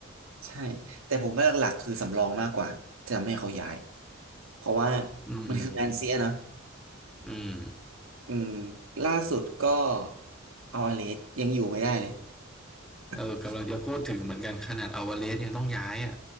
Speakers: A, on the right (about 85°); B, in the centre.
A: ใช่แต่ผมว่าหลักๆคือสำรองมากกว่าจะทำให้เขาย้ายเพราะว่า
B: อืม
A: มันคือแมนเซียเนอะ
B: อืม
A: อืมล่าสุดก็เอาอาเลสยังอยู่ไม่ได้เลย
B: เออกำลังจะพูดถึงเหมือนกันขนาดอาวาเลสยังต้องย้ายอ่ะ
A: <laughs>